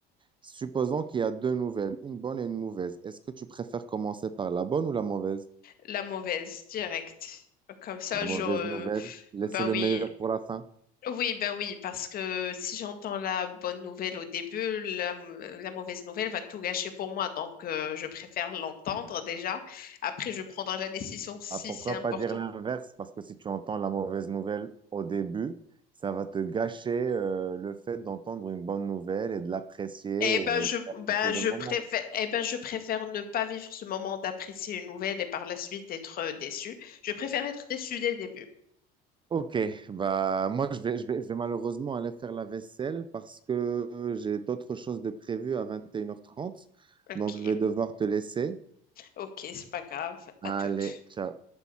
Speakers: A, on the right (about 25°); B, on the left (about 45°).
A: Supposons qu'il y a deux nouvelles, une bonne et une mauvaise. Est-ce que tu préfères commencer par la bonne ou la mauvaise?
B: La mauvaise, directe. Comme ça,
A: La mauvaise
B: je...
A: La nouvelle, mauvaise. laissez
B: Ben
A: le
B: oui,
A: meilleur pour la fin.
B: Oui, ben oui, parce que si j'entends la bonne nouvelle au début, la, la mauvaise nouvelle va tout gâcher pour moi. Donc, euh, je préfère l'entendre déjà. Après, je prendrai la décision si
A: Ah, pourquoi
B: c'est important.
A: pas Oui. dire l'inverse? Parce que si tu entends la mauvaise nouvelle au début, ça va te gâcher euh, le fait d'entendre une bonne nouvelle et de l'apprécier,
B: Eh ben,
A: et
B: je,
A: d'apprécier
B: ben, je
A: le moment.
B: préfère, eh ben, je préfère ne pas vivre ce moment d'apprécier une nouvelle et par la suite être euh, déçu. Je préfère être déçu dès le début.
A: Ok, bah moi je vais, je vais, je vais malheureusement aller faire la vaisselle parce que j'ai d'autres choses de prévues à 21h30,
B: Ok,
A: donc je vais devoir te laisser.
B: ok, c'est pas grave.
A: Allez,
B: À toutes.
A: ciao.